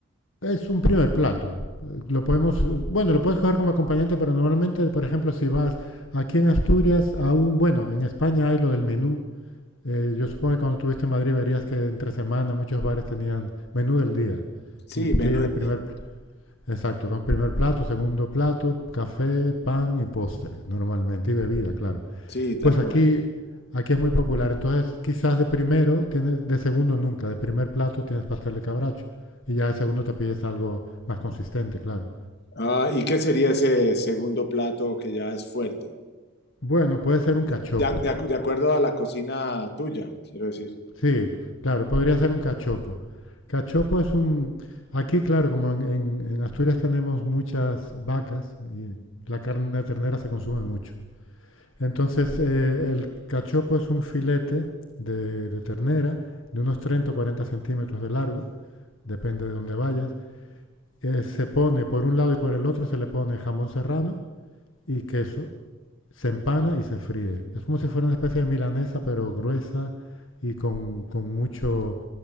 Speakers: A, on the left; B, on the left.
A: Es un primer plato. Eh, Lo podemos, eh, bueno, lo puedes coger como acompañante, pero normalmente, por ejemplo, si vas aquí en Asturias, aún, bueno, en España hay lo del menú. Eh, yo supongo que cuando estuviste en Madrid verías que entre semana muchos bares tenían menú del día.
B: Sí,
A: Y tiene
B: menú de
A: primer,
B: tiempo.
A: exacto, con primer plato, segundo plato, café, pan y postre, normalmente, y bebida, claro.
B: Sí, tal
A: Pues aquí,
B: cual.
A: aquí es muy popular. Entonces, quizás de primero, tienes, de segundo nunca. De primer plato tienes pastel de cabracho. Y ya de segundo te pides algo más consistente, claro.
B: Ah, ¿y qué sería ese segundo plato que ya es fuerte?
A: Bueno, puede ser un cachopo.
B: De, de ac- de ac- de acuerdo a la cocina tuya, quiero decir.
A: Sí, claro, podría ser un cachopo. Cachopo es un... Aquí, claro, como en, en- en Asturias tenemos muchas vacas y la carne de ternera se consume mucho. Entonces, eh, el cachopo es un filete de, de ternera de unos 30 o 40 centímetros de largo, depende de dónde vayas eh, se pone por un lado y por el otro, se le pone jamón serrano y queso, se empana y se fríe. Es como si fuera una especie de milanesa, pero gruesa y con, con mucho,